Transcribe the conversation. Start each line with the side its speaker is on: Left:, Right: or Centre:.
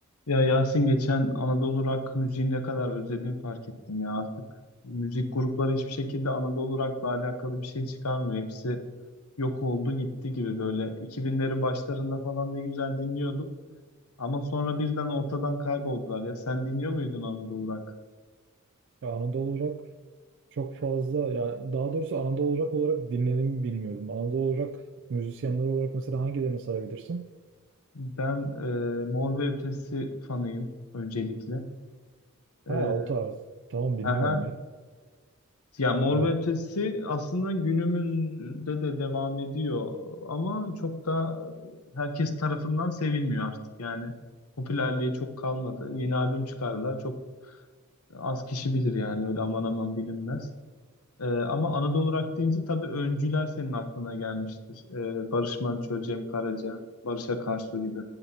Left: Ya Yasin geçen Anadolu rock müziğini ne kadar özledim fark ettim ya artık müzik grupları hiçbir şekilde Anadolu rock'la alakalı bir şey çıkarmıyor. Hepsi yok oldu gitti gibi böyle 2000'lerin başlarında falan ne güzel dinliyorduk ama sonra birden ortadan kayboldular. Ya sen dinliyor muydun Anadolu rock?
Right: Ya Anadolu Rock çok fazla ya daha doğrusu Anadolu Rock olarak dinlediğimi bilmiyordum. Anadolu Rock müzisyenleri olarak mesela hangilerini sayabilirsin?
Left: Ben e, Mor ve Ötesi fanıyım öncelikle. E,
Right: Ha o tarz. Tamam dinliyorum
Left: aha,
Right: ya.
Left: Ya Mor
Right: Ee,
Left: ve Ötesi aslında günümüzde de devam ediyor ama çok da herkes tarafından sevilmiyor artık yani. Popülerliği çok kalmadı. Yeni albüm çıkardılar. Çok az kişi bilir yani öyle aman aman bilinmez. Ee, ama Anadolu Rock deyince tabii öncüler senin aklına gelmiştir. Ee, Barış Manço, Cem Karaca, Barış Akarsu gibi